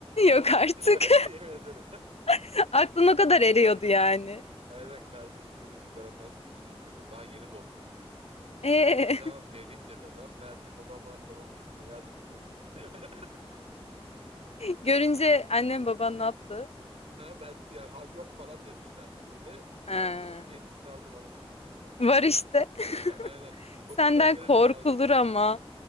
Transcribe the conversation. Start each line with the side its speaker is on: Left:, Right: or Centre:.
Left: Yok artık.
Right: <laughs> Yemin ederim.
Left: <laughs> Aklın o kadar eriyordu
Right: Kardeşim.
Left: yani.
Right: Aynen kardeşim dedim biberondan süt içecek dedim. Daha yeni doğmuş adam.
Left: Ee.
Right: İyi tamam vereyim dedi adam. Verdi babama babamın üstüne yaz bunu dedim gitti. <laughs>
Left: Görünce annem baban ne yaptı?
Right: Ha, ben ya "Aa, yok falan demişlerdi böyle.
Left: Ha,
Right: Ben de dedim yenisini aldım alın dedim.
Left: var işte.
Right: <laughs> Aynen.
Left: <laughs> Senden
Right: Okuldan gelirken
Left: korkulur
Right: aldım.
Left: ama.